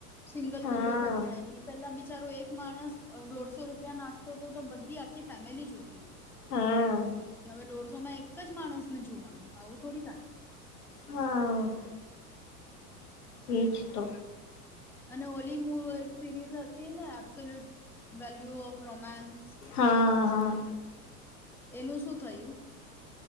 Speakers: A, in the centre; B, on the left.
A: સિંગલ
B: હા
A: વિન્ડો કરી નાખી પેલા બિચારો એક માણસ. દોઢસો રૂપિયા નાખતો તો બધી આખી ફેમિલી જ જોતી હતી.
B: હા.
A: હવે દોઢસો માં એક જ માણસને જોવાનું આવું થોડી થાય.
B: હા. ઈચ તો.
A: અને ઓલી મવ સિરીઝ હતી ને એબસોલ્યુટ વેલ્યુ ઓફ રોમાન્સ.
B: હા હા. હમ.
A: એનું શું થયું.